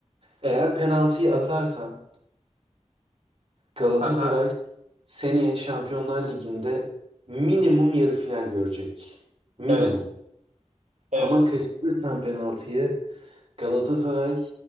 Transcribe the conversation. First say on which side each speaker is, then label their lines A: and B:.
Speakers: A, on the right; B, on the right.
A: Eğer penaltıyı atarsan Galatasaray
B: Aha.
A: seneye Şampiyonlar Ligi'nde minimum yarı final görecek. Minimum.
B: Evet. Evet.
A: Ama kaçırırsan penaltıyı Galatasaray